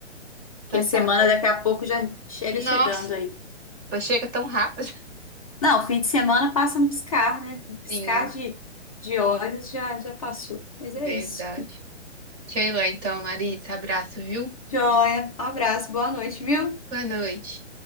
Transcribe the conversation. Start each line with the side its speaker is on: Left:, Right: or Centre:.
Right: Então
Left: que a semana
Right: tá bom.
Left: daqui a pouco já chega
Right: Nossa,
Left: chegando aí.
Right: chega tão rápido.
Left: Não, fim de semana passa no piscar, né?
Right: <laughs>
Left: No piscar
Right: Sim,
Left: de, de olhos já, já passou. Mas é
Right: verdade.
Left: isso.
Right: Sheila, então, Larissa, abraço, viu?
Left: Joia. Um abraço, boa noite, viu?
Right: Boa noite.